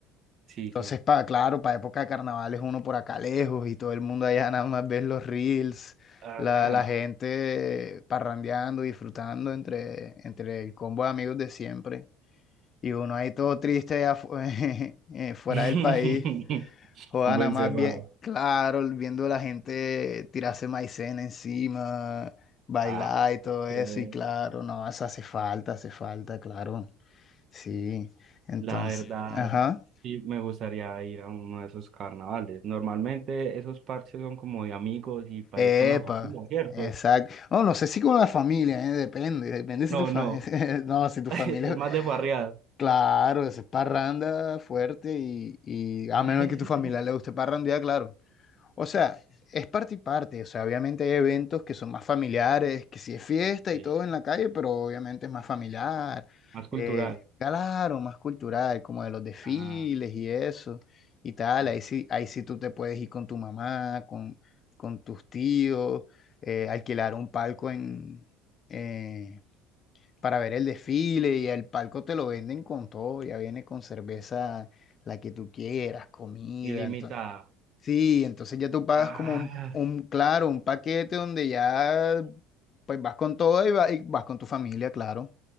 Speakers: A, on the right; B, on the left.
A: sí,
B: Entonces,
A: sí.
B: pa, claro, para época de carnavales uno por acá lejos y todo el mundo allá nada más ves los reels,
A: A
B: la,
A: ver.
B: la gente parrandeando, disfrutando entre, entre el combo de amigos de siempre. Y uno ahí todo triste allá fu- <laughs> eh, fuera
A: <laughs>
B: del país, joda
A: Un buen
B: nada más
A: cerrado.
B: bien, claro, viendo a la gente tirarse maicena encima, bailar
A: Ah,
B: y todo
A: qué chévere.
B: eso. Y claro, no, eso hace falta, hace falta, claro. Sí, entonces,
A: La verdad,
B: ajá.
A: sí me gustaría ir a uno de esos carnavales. Normalmente esos parches son como de amigos y para
B: Epa,
A: ir con la familia, ¿cierto?
B: exacto. No, no sé si con la familia, ¿eh? Depende, depende si
A: No,
B: tu familia,
A: no,
B: <laughs> no, si
A: <laughs>
B: tu
A: es
B: familia,
A: más de farrear.
B: claro, es parranda fuerte y, y a menos
A: <laughs>
B: que tu familia le guste parrandear, claro. O sea, es parte y parte. O sea, obviamente hay eventos que son más familiares, que si es fiesta
A: Sí,
B: y todo en la calle, pero obviamente es más familiar.
A: más cultural.
B: eh, claro, más cultural, como de los desfiles
A: Ah,
B: y eso y tal.
A: bien.
B: Ahí sí, ahí sí tú te puedes ir con tu mamá, con, con tus tíos, eh, alquilar un palco en, eh, para ver el desfile y el palco te lo venden con todo. Ya viene con cerveza, la que tú quieras, comida,
A: Ilimitada.
B: Sí, entonces ya tú pagas
A: Ah,
B: como un, un, claro, un paquete donde ya pues vas con todo y, va- y vas con tu familia, claro.